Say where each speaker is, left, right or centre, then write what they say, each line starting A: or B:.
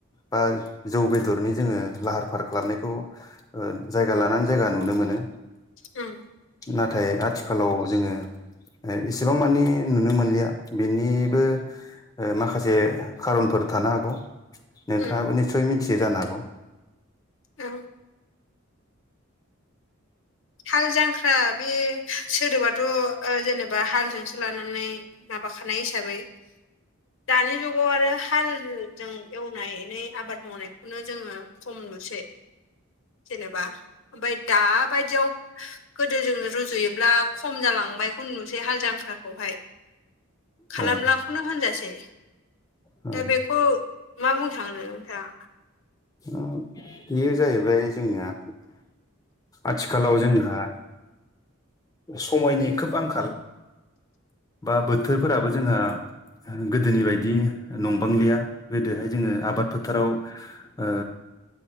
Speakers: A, on the left; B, on the left.
A: बा जौ बेदरनि जोङो लाहार फाहार खालामनायखौ जायगा लानानै जायगा नुनो मोनो
B: उम
A: नाथाय आथिखालाव जोङो इसेबां मानि नुनो मोनलिया बेनिबो माखासे खारनफोर थानो हागौ नोंथाङाबो
B: उम
A: निस्सय मिथियोै जानो हागौ
B: औ हाल जांख्रा बे सोदोबाथ' जेनेबा हालजोंसो लानानै माबाखानाय हिसाबै दानि जुगाव आरो हाल जों एव एनानै आबाद मावनायखौनो जोङो खम नुसै जेनेबा ओमफ्राय दाबायदियाव गोदो जों रुजुयोब्ला खम जालांबाय ख नुनोसै हाल जांख्राखौहाय। खालामलाखौनो
A: हागौ
B: होनजासै
A: औ
B: दा बेखौ मा बुंनो सान्दों नोंथांआ
A: ओ बेयो जाहैबाय जोंना आथिखालाव जोंहा समायनि खोब आंखाल बा बोथोरफोराबो जोंहा गोदोनि बायदि नंबांलिया गोदोहाय जोङो आबाद फोथाराव ओ